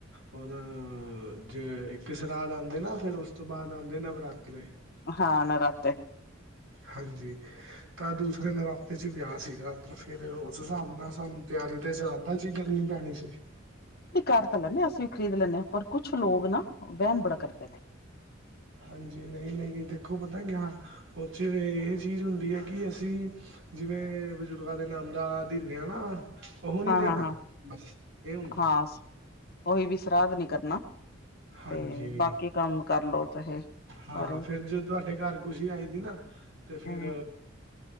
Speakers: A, on the right; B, on the left.
A: ਹੁਣ ਜ ਇੱਕ ਸਰਾਧ ਆਉਂਦੇ ਨਾ ਫਿਰ ਉਸ ਤੋਂ ਬਾਅਦ ਆਉਂਦੇ ਨਵਰਾਤੇ।
B: ਹਾਂ ਨਰਾਤੇ।
A: ਹਾਂਜੀ। ਤਾਂ ਦੂਸਰੇ ਨਰਾਤੇ ਚ ਵਿਆਹ ਸੀਗਾ ਤੇ ਫੇਰ ਉਸ ਹਿਸਾਬ ਨਾਲ ਸਾਨੂੰ ਤਿਆਰੀ। ਤੇ ਸਰਾਦਾਂ ਚ ਹੀ ਗਰਮੀ ਪੈਣੀ ਸੀ?
B: ਨਹੀ ਕਰ ਤਾਂ ਲੈਂਦੇਂ ਹਾਂ। ਅਸੀਂ ਵੀ ਖ਼ਰੀਦ ਲੈਂਦੇ ਹਾਂ। ਪਰ ਕੁੱਛ ਲੋਕ ਨਾ ਵਹਿਮ ਬੜਾ ਕਰਦੇਂ ਨੇਂ।
A: ਹਾਂਜੀ। ਨਹੀਂ, ਨਹੀਂ ਦੇਖੋਂ ਪਤਾਂ ਕਿਆ ਉਹਦੇ ਚ ਇਹ ਚੀਜ਼ ਹੁੰਦੀ ਹੈਂ ਕਿ ਅਸੀਂ। ਜਿਵੇਂ ਬਜ਼ੁਰਗਾਂ ਦੇ ਨਾਮ ਦਾ ਦਿਨ ਆ ਨਾ। ਉਹ ਨਹੀਂ
B: ਹਾਂ
A: ਦੇਣਾਂ
B: ਹਾਂ ਹਾਂ
A: ਬਸ ਇਹ ਹੁੰਦਾਂ।
B: ਹਾਂ ਉਹੀ ਵੀ ਸ਼ਰਾਧ ਨੀਂ ਕਰਨਾਂ
A: ਹਾਂਜੀ
B: ਤੇ ਬਾਕੀ ਕੰਮ ਕਰਲੋ। ਚਾਹੇ
A: ਹਾਂ
B: ਸਾਰੇ
A: ਫ਼ਿਰ ਜੇ ਤੁਹਾਡੇ ਘਰ ਖੁਸ਼ੀ ਆਈਂ ਦੀ ਨਾ। ਤੇ ਫ਼ਿਰ।
B: ਹਮ